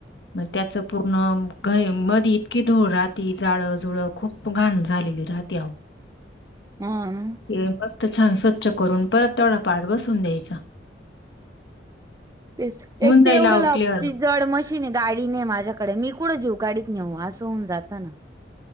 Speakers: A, on the left; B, on the right.
A: मग त्याच पूर्ण घ मध्ये इतकी धूळ राहते जाळंजुळं खूप खूप घाण झालेली राहते आहो.
B: हम्म
A: ते मस्त छान स्वच्छ करून परत तेवढा पाठ बसून द्यायचा.
B: तेच
A: होऊन
B: एक
A: जाईल
B: ते एवढं
A: आहो
B: लाबची
A: क्लिअर.
B: जड मशीन आहे गाडी नाही माझ्याकडे मी कुठं जीवगाडीत नेऊ असं होऊन जातं ना